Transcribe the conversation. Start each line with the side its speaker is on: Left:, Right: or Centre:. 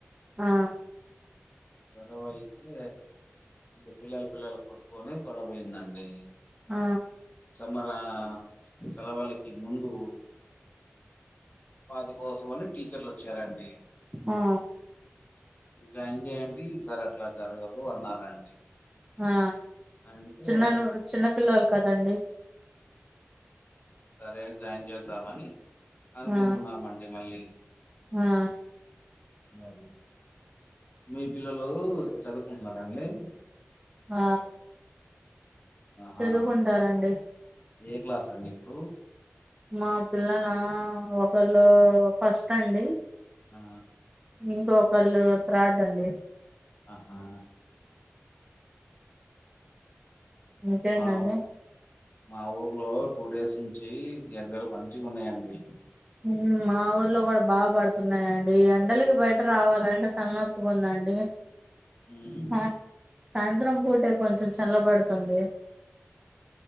Right: ఆ
Left: గొడవ అయితే ఇక పిల్లల పిల్లలు కొట్టుకొని గొడవయిందండి
Right: ఆ
Left: మర అ సెల్వలకి ముందు వాటి కోసమని టీచర్లు వచ్చారండి
Right: ఆ
Left: జాయిన్ చేయండి ఈసారి అట్లా జరగదు అన్నారండి
Right: ఆ
Left: అంటే
Right: చిన్న చిన్న పిల్లలు కదండి
Left: సరే అని జాయిన్ చేద్దామని అనుకుంటున్నామండి
Right: ఆ
Left: మళ్ళీ
Right: ఆ
Left: అది మీ పిల్లలు చదువుకుంటున్నారా అండి?
Right: ఆ
Left: ఆహా
Right: చదువుకుంటారు అండి
Left: ఏ క్లాస్ అండి ఇప్పుడు
Right: మా పిల్లల ఒకళ్ళు ఫస్ట్ అండి
Left: ఆ
Right: ఇంకొకళ్ళు త్రాడ్డండి
Left: అహా
Right: ఇంకేందండి
Left: మా మా ఊర్లో టూ డేస్ నుంచి ఎండలు మంచిగా ఉన్నాయండి
Right: మ్ మా ఊర్లో కుడా బా పడ్ తున్నాయండి ఈ ఎండలకి బయట రావాలంటే తలనొప్పుిగా ఉందండి
Left: మ్మ్
Right: ఆ సాయంత్రం పూటే కొంచెం చల్లబడుతుంది